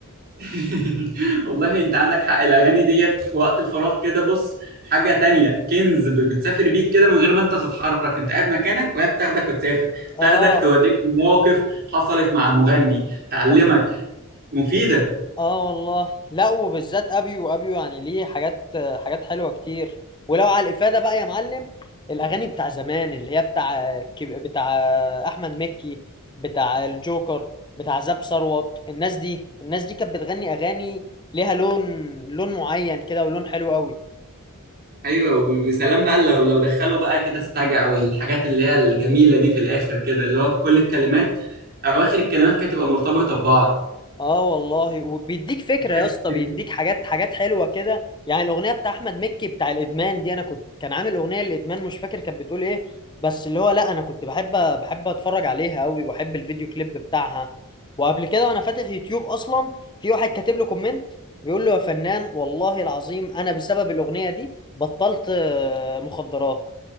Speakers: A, on the right; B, on the left.
A: <laughs> والله انت عندك حق الاغاني ديت في وقت الفراغ كده بص حاجه تانية كنز ب- بتسافر بيك كده من غير ما انت تتحرك انت قاعد مكانك وهي بتاخدك وتسافر
B: اه
A: تاخدك توريك مواقف حصلت مع المغني تعلمك
B: اه
A: مفيده
B: آه والله لا وبالذات ابيو ابيو يعني ليه حاجات حاجات حلوه كتير ولو على الافاده بقى يا معلم الاغاني بتاع زمان اللي هي بتاع الكب- بتاع احمد مكي بتاع الجوكر بتاع زاب ثروت الناس دي الناس دي كانت بتغني اغاني ليها لون لون معين كده ولون حلو قوي
A: ايوه و- وسلام بقى لو لو دخلوا بقى كده السجع والحاجات اللي هي الجميله دي في الاخر كده اللي هو كل الكلمات اواخر الكلمات كده تبقى مرتبطه ببعض
B: اه والله وبيديك فكره
A: بتحس
B: يا اسطى
A: ان
B: بيديك حاجات حاجات حلوه كده يعني الاغنيه بتاع احمد مكي بتاع الادمان دي انا كنت كان عامل اغنيه للادمان مش فاكر كانت بتقول ايه بس اللي هو لا انا كنت بحب بحب اتفرج عليها قوي واحب الفيديو كليب بتاعها وقبل كده وانا فاتح يوتيوب اصلا في واحد كاتب له كومنت بيقول له يا فنان والله العظيم انا بسبب الاغنيه دي بطلت آه، مخدرات